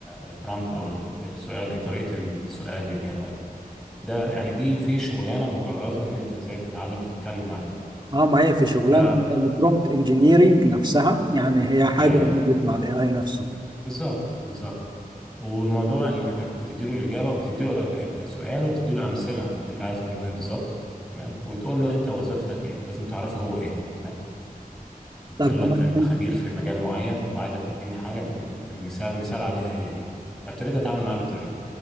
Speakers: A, in the centre; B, on the right.
A: البرامت او ال- السؤال انت طريقة السؤال للاي اي ده يعني دي في شغلانة مكرزة ان انت ازاي تتعلم تتكلم على الاي اي
B: اه ما هي في شغلانة
A: ف
B: من البرومبت انجينيرينج نفسها يعني هي حاجة
A: ايوه
B: نزلت مع الاي اي نفسه
A: بالظبط بالظبط وموضوع انك بتديله الاجابه وبتديله ال- السؤال وبتديله امثله انت عايز منه ايه بالظبط تمام وتقول له انت وظيفتك ايه لازم تعرفه هو ايه تمام
B: طب
A: تقول
B: طبعا
A: له انت انت
B: انت
A: خبير في مجال معين وعايزك تديني حاجه ب- ب- مثال مثال عليها هي دي فابتديت اتعامل معاه بالطريقه دي